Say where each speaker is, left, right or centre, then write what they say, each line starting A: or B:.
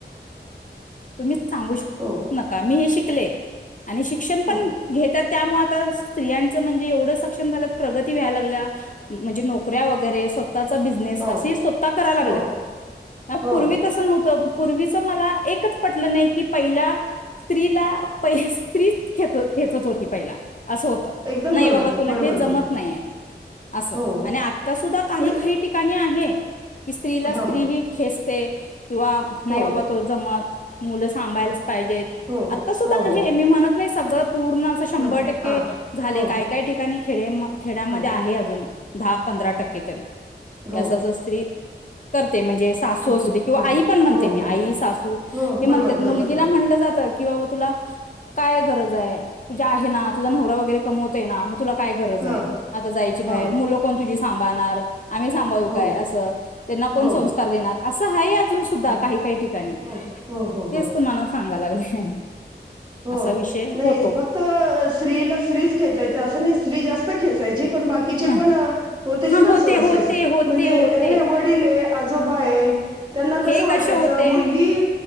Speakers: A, on the left; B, on the right.
A: <unintelligible> सांगू शक
B: हो
A: नका मी हे शिक प्ले आणि शिक्षण
B: हो
A: पण घेतात. त्यामुळे आता स्त्रियांचं म्हणजे एवढं सक्षम झाला प्रगती व्हायला लागल्या म्हणजे नोकऱ्या वगैरे स्व स्वतःचा बिझनेस
B: हो
A: असे स्वतः करायला
B: हो
A: लागलेत
B: हो
A: पूर्वी तसं नव्हतं. पूर्वीच मला एकच पटलं नाही की पहिल्या स्त्रीला प स्त्री च खेचत होती पहिला असं होत
B: एकदम
A: नाही
B: बरोबर
A: बाबा तुला
B: बरोबर
A: हे जमत
B: बरोबर
A: नाहीय, असं
B: हो
A: आणि आता सुद्धा काही
B: नाही
A: काही ठिकाणी ह की स्त्रीला
B: हो
A: स्त्री ही खेच ते किंवा नाईबाबा
B: हो
A: तो जमत मुलं सांभायला पाहिजेत.
B: हो
A: आहे
B: हो हो
A: मी <unintelligible> नाही सगळं पूर्ण शंभर
B: हां
A: टक्के
B: हां
A: झाले
B: हो
A: काय काय ठिकाणी खेडे म खेडामध्ये
B: हो
A: आहे अजून. दहा पंधरा टक्के तरी
B: हो
A: हे असं असं स्त्री करते. म्हणजे सासू
B: हो
A: असू दे किंवा
B: हो
A: आई पण म्हणते
B: हो
A: मी
B: हो
A: आई
B: हो
A: सासू
B: हो
A: हे म्हणते
B: बरोबर बरोबर
A: मुलगीला
B: बरोबर
A: म्हणलं जात <inaudible> तुला काय गरज आहे. तुझ्या आहे ना तुझा नवरा वगैरे कमवतो ना मग तुला काय गरज
B: हां
A: आहे आता जायची बाहेर
B: हां
A: मुलं कोण तुझी सांभाळणार आम्ही सांभाळू
B: हो
A: काय असं त्यांना कोण
B: हो
A: संस्कार देणार. असं आहे सुद्धा
B: हो
A: काही काही ठिकाणी
B: हो हो हो
A: तेच
B: हो
A: तुम्हाला सांगा लागले.
B: हो
A: असा विषय
B: नाही
A: होतो
B: फक्त स्त्रीला स्त्रीच खेचायच असं नाही स्त्री जास्त खेचायची. पण बाकीचे
A: ह
B: पण होते
A: हा
B: ना सोर्सेस
A: होते होते
B: म्हणजे
A: होते
B: हे वडील आहे आजोबा आहे त्यांना कसं
A: हे
B: वाटायचं
A: कसे होते
B: मुलगी